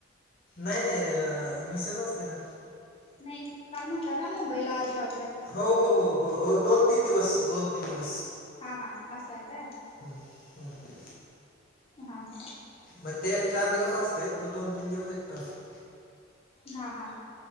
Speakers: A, on the left; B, on the left.
A: नाही नाही मिसेज असते ना.
B: नाही काल म्हटलं ना मुंबईला जॉब
A: हो हो हो हो हो दोन-तीन दिवस, दोन-तीन दिवस
B: हा हा असं आहे काय?
A: हम्म हम्म.
B: हा हा.
A: मग ते चार दिवस असते मग दोन-तीन दिवस एकटा असतो.
B: हा हा.